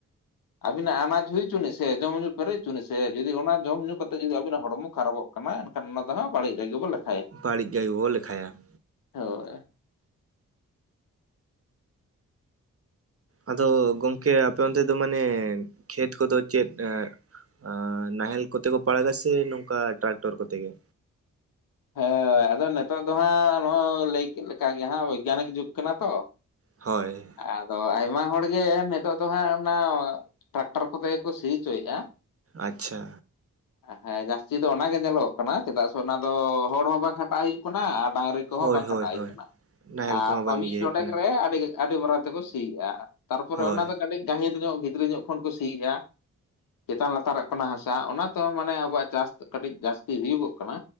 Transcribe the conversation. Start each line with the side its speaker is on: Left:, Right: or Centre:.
Left: ᱟᱹᱵᱤᱱᱟᱜ ᱟᱱᱟᱡ ᱦᱩᱭ ᱦᱚᱪᱚ ᱱᱤᱡ ᱥᱮ ᱡᱚᱢᱼ ᱧᱩ ᱯᱮᱨᱮᱡ ᱦᱚᱪᱚ ᱱᱤᱡ ᱥᱮ ᱡᱩᱫᱤ ᱚᱱᱟ ᱡᱚᱢ ᱧᱩ ᱠᱟᱛᱮ ᱡᱩᱫᱤ ᱟᱵᱤᱱᱟᱜ ᱦᱚᱲ ᱢᱚ ᱠᱷᱟᱨᱟᱯᱚᱜ ᱠᱟᱱᱟ ᱮᱱᱠᱷᱟᱱ ᱚᱱᱟ ᱫᱚᱸ ᱦᱟᱜ ᱵᱟᱹᱲᱤᱡ ᱨᱮᱜᱮ ᱵᱚ ᱞᱮᱠ
Right: ᱵᱟᱹᱲᱤᱡ ᱜᱮᱭ ᱵᱚ ᱞᱮᱠᱷᱟᱭᱟ ᱾
Left: <unintelligible>
Right: ᱟᱫᱚ ᱜᱚᱝᱠᱮ ᱟᱯᱮ ᱚᱱ ᱛᱮ ᱫᱚ ᱢᱟᱱᱮ ᱠᱷᱮᱛ ᱠᱚ ᱫᱚ ᱪᱮᱫ ᱮ ᱟᱻ ᱱᱟᱦᱮᱞ ᱠᱚᱛᱮ ᱠᱚ ᱯᱟᱲᱟᱜᱟ ᱥᱮ ᱱᱚᱝ-ᱠᱟ ᱴᱨᱟᱠᱴᱚᱨ ᱠᱚ ᱛᱮ ᱜᱮ?
Left: ᱦᱮᱸ ᱟᱫᱚ ᱱᱮᱛᱚᱜ ᱫᱚ ᱦᱟᱸᱜ ᱱᱚᱜ ᱞᱟᱹᱭ ᱠᱮᱫ ᱞᱮᱠᱟ ᱜᱮ ᱦᱟᱜ ᱵᱳᱭᱜᱟᱱᱤᱠ ᱡᱩᱜᱽ ᱠᱟᱱᱟ ᱛᱚ᱾
Right: ᱦᱳᱭ,
Left: ᱟᱫᱚ ᱟᱭᱢᱟ ᱦᱚᱲ ᱜᱮ ᱱᱮᱛᱚᱜ ᱫᱚ ᱦᱟᱸᱜ ᱚᱱᱟ ᱴᱟᱨᱠᱴᱟᱨ ᱠᱚ ᱛᱮ ᱜᱮᱠᱚ ᱥᱤ ᱦᱚᱪᱚᱭ-ᱮᱟ᱾
Right: ᱟᱪᱪᱷᱟ᱾
Left: ᱦᱮᱸ ᱡᱟᱹᱥᱛᱤ ᱫᱚ ᱚᱱᱟᱜ ᱜᱮ ᱧᱮᱞᱚᱜ ᱠᱟᱱᱟ ᱪᱮᱫᱟᱜ ᱥᱮ ᱚᱱᱟ ᱫᱚ ᱦᱚᱲ ᱦᱚᱸ ᱵᱟᱝ ᱠᱷᱟᱴᱟᱜ ᱟᱭ ᱟᱨ ᱰᱟᱝᱨᱤ
Right: ᱦᱳᱭ
Left: ᱠᱚ ᱦᱚᱸ ᱵᱟᱝ
Right: ᱦᱳᱭ
Left: ᱠᱷᱟᱸᱰᱟᱣ ᱦᱩᱭᱩᱜ
Right: ᱦᱳᱭ
Left: ᱠᱟᱱᱟ
Right: ᱱᱟᱦᱮᱞ
Left: ᱟᱨ
Right: ᱠᱚᱦᱚᱸ
Left: ᱚᱱᱟ
Right: ᱵᱟᱝ
Left: ᱢᱤᱫ
Right: ᱤᱭᱟᱹ ᱦᱩᱭᱩᱜ
Left: ᱰᱚᱰᱮᱠ
Right: ᱠᱟᱱᱟ
Left: ᱨᱮ ᱟᱹᱰᱤ ᱟᱹᱰᱤ ᱢᱟᱨᱟᱝ ᱛᱮ ᱠᱚ ᱥᱤᱭᱮᱫᱼᱟ ᱛᱟᱨ ᱯᱚᱨᱮ
Right: ᱦᱳᱭ
Left: ᱚᱱᱟ ᱫᱚ ᱠᱟᱹᱴᱤᱡ ᱜᱟᱹᱦᱤᱨ ᱧᱚᱜ ᱵᱷᱤᱛᱨᱤ ᱧᱚᱜ ᱠᱷᱚᱱ ᱠᱚ ᱥᱤᱭᱮᱫᱼᱟ ᱪᱮᱛᱟᱱ ᱞᱟᱛᱟ ᱨᱚᱜ ᱠᱟᱱᱟ ᱦᱟᱥᱟ ᱚᱱᱟ ᱛᱮ ᱦᱚᱸ ᱢᱟᱱᱮ ᱟᱵᱚᱣᱟᱜ ᱪᱟᱥ ᱠᱟᱹᱴᱤᱡ ᱡᱟᱹᱥᱛᱤ ᱦᱩᱭᱩ ᱜᱚᱜ ᱠᱟᱱᱟ᱾